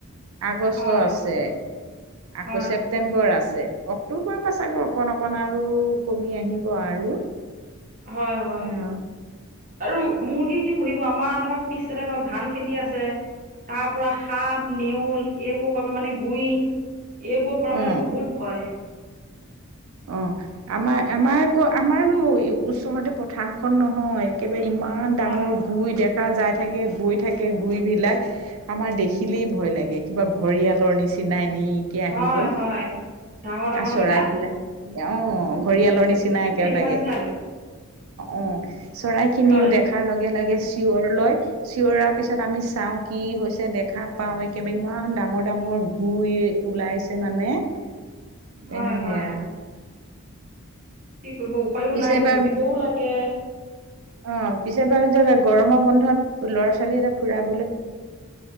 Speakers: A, on the right (about 70°); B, on the right (about 40°).
A: আগষ্ট
B: হয়
A: আছে, আকৌ
B: হয়
A: ছেপ্টেম্বৰ আছে। অক্টোবৰৰ পৰা চাগৈ অকণ, অকণ আৰু কমি আহিব আৰু
B: হয় হয়
A: অ
B: আৰু মুৰ্গী কি পুহিব আমাৰ ধৰক পিছতে ধৰক ধান খেতি আছে তাৰ পৰা সাপ নেওল এইবোৰ কব মানে গুই এইবোৰৰ পৰা
A: অ
B: মানে বহুত ভয়
A: অ', আমাৰ আমাৰ আকৌ আমাৰো ওচৰতে পথাৰখন নহয়। ইমান ডাঙৰ
B: হয়
A: গুই দেখ যাই থাকে গৈ থাকে গুই বিলাক আমাৰ দেখিলেই ভয় লাগে কিবা ঘৰিয়াল তৰ নিচিনা এনেইকে আহিব
B: হয় হয় ডাঙৰ ডাঙৰ
A: চৰাই
B: কেইটা
A: ফেলাই অ ঘৰিয়ালৰ নিচিনা নিচিনা এক
B: তেনেকুৱা
A: লাগে
B: নিচিনা লৈ
A: অ চৰাই খিনিও
B: হয়
A: দেখাৰ লগে লগে চিঞৰ লয় চিঞৰাৰ পিছত আমি চাওঁ কি হৈছে দেখা পাও একেবাৰে ই ইমান ডাঙৰ ডাঙৰ গুই ওলাইছে মানে এ
B: হয়
A: সেয়া
B: হয় কি কৰিব উপায়ো
A: পিছে
B: নাই
A: এবাৰ
B: পুহিবও লাগে
A: অ পিছে <unintelligible> যে গৰমৰ বন্ধত ল'ৰা ছোৱালী এটা ফুৰা